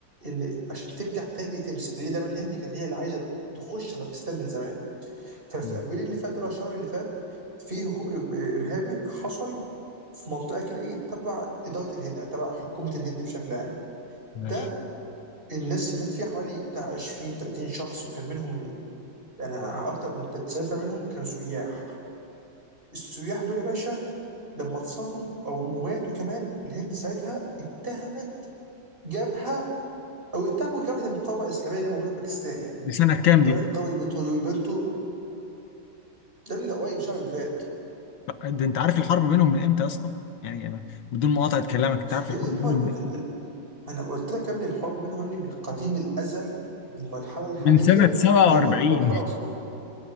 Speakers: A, on the right; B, on the left.
A: ان عشان ترجع تاني تمسك لان دايما الهند كانت هي اللي عايزه تخش على باكستان من زمان ففي
B: مم.
A: ابريل اللي فات ده أو الشهر اللي فات في هجوم إر- ارهابي حصل في منطقه كده ايه تبع اداره الهند يعني تبع حكومه الهند بشكل عام
B: ماشي
A: ده الناس مات فيها حوالي بتاع 20 30 شخص وكان منهم انا اكتر من 90% منهم كانوا سياح السياح دول يا باشا لما اتصابوا او ماتوا كمان الهند ساعتها اتهمت جبهه او اتهموا جبهه المقاومه الاسلاميه اللي هي موجوده في باكستان يعني
B: دي سنة كام
A: اللي
B: دي؟
A: هو لك طب بنته دول بنته يا ابني ده قريب الشهر اللي فات
B: ده انت عارف الحرب بينهم من امتى يا اسطى؟ يعني أنا بدون مقاطعة كلامك انت عارف
A: يعني
B: الحرب
A: الحوار
B: بينهم
A: ال-
B: من امتى؟
A: ال- انا قلت لك يا ابني الحوار بينهم يا ابني من قديم الازل للمرحله الحاليه
B: من سنة 47
A: هي اكبر حاله وصلوا لها.